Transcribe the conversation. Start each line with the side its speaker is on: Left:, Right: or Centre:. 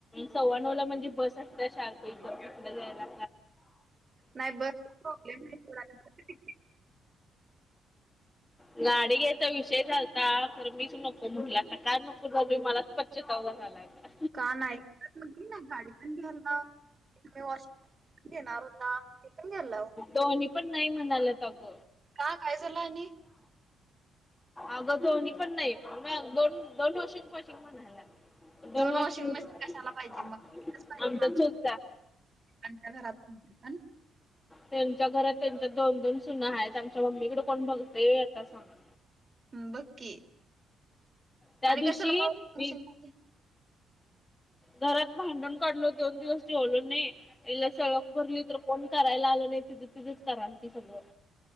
Left: सव्वा नऊ ला म्हणजे बस असत शार्प एकदम कुठ जायला
Right: नाही बस <inaudible> प्रॉब्लेम नाही
Left: गाडी घ्यायचा विषय चालला होता खर मीच नको म्हटलं आता का नको बोली मला स्वताला पश्चाताप झालाय आता
Right: काय नाही ग <inaudible> गाडी पण घ्यायला वॉश घणार होता ते पण घ्याल लाव
Left: दोन्ही पण नाही म्हणाला अग
Right: का काय झालं आणि?
Left: अगं दोन्ही पण नाही दोन दोन वर्षा पासून म्हणाल्यात दोन वर्ष
Right: वॉशिंग
Left: पासून
Right: मशीन कशाला पाहिजे मग एकच पाहिजे
Left: आमचा चुलता
Right: आमच्या घरातून ते पण
Left: त्यांच्या घरात त्यांच्या दोन दोन सुना आहेत आमच्या मम्मीकडे कोण बघतय आता सांगा
Right: बग की.
Left: त्या
Right: आम्ही
Left: दिवशी
Right: कशाला पाऊ
Left: मी
Right: <inaudible>
Left: घरात भांडण काढलो दोन दिवस जेवलो नाही तिला सडक भरली तर कोण करायला आलं नाही तिच तिच करा म्हणती सगळं